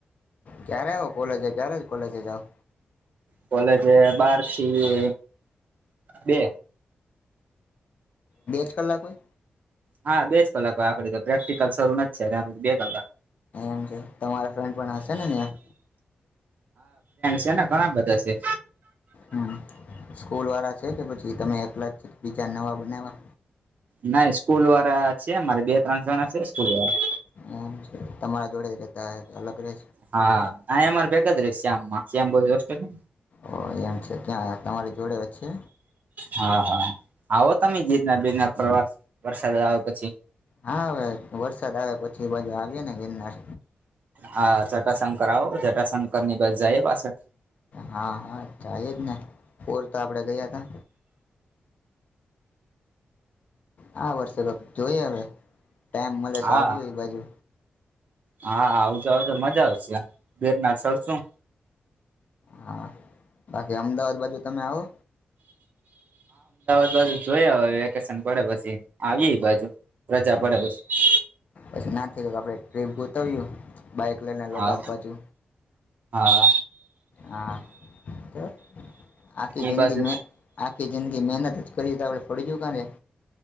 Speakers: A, on the left; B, on the right.
A: ક્યારે આવ કોલેજ ક્યારે કોલેજ જાવ.
B: કોલેજ એ બારસી બે
A: બે જ કલાકોઈ.
B: હા બેજ કલાક આખડી તો પ્રેક્ટિકલ શરૂ નથી છે ત બે કલાક.
A: એમ છે તમારા ફ્રેન્ડ પણ હશે ને ઇયા?
B: તેના ઘણા બધા છે.
A: હમ્મ સ્કૂલ વાળા છે કે પછી તમે એકલા જ બીજા નવા બનાવા?
B: નાઈ સ્કૂલ વાળા છે મારે બે ત્રણ જણા છે સ્કૂલ વાળા.
A: હમ્મ તમારા જોડે જ રતા હો તો અલગ રહે
B: હા આ અમારે ભેગા જ રે શ્યામમાં શ્યામ બોજ હોસ્ટેલમાં
A: તો એમ છે ત્યાં તમારી જોડે છે?
B: હા હા આવો તમે જીતનાર બીજનાર પ્રવાસ વરસાદ આવે પછી.
A: હા હવે વરસાદ આવે પછી બાજુ આવીયને ગિરનાર.
B: હા ચટાશંકરાવ. શંકર ની બસ જાય પાસા.
A: હા હા થાય જ ને ઓર તો આપડે ગયા ત. હા વર્ષે <unintelligible> જોઈ હવે. ટાઈમ મળે છે
B: હા
A: આવ હોય બાજુ
B: હા આવજો આવજો મજા આવશે આમ વટનાથળ શું
A: હા બાકી અમદાવાદ બાજુ તમે આવો
B: પણ જોઈયે હવે વેકેશન પડે પછી આવી બાજુ રજા
A: હા
B: પડે પછી
A: પછી ના થ આપડે ટ્રીપ ગોતાવય્યું બાઈક લઈને લદાખ
B: હા
A: બાજુ
B: હા
A: હા કે આખી
B: એ
A: જિંદગી
B: બાજુ
A: આખી જિંદગી મહેનત જ કરી તો આપડ ફડીજયું કા